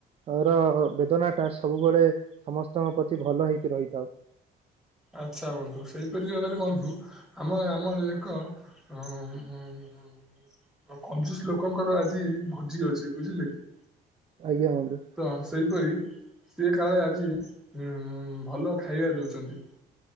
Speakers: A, on the right; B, in the centre.
A: ର ବେଦନା ଟା ସବୁବେଳେ ସମସ୍ତଙ୍କ ପ୍ରତି ଭଲ ହେଇକି ରହିଥାଉ।
B: ଆଚ୍ଛା ବନ୍ଧୁ ସେଇପରି ଭାବରେ ବନ୍ଧୁ ଆମେ ଆମର ଏକ। ଅଁ ଉଁ ଉଁ। କଞ୍ଜୁସ୍ ଲୋକଙ୍କର ଆଜି ଭୋଜି ଅଛି ବୁଝିଲେ କି।
A: ଆଜ୍ଞା ବନ୍ଧୁ।
B: ତ ସେହିପରି ସିଏ କାଳେ ଆଜି ଉଁ ଭଲ ଖାଇବା ଦେଉଛନ୍ତି।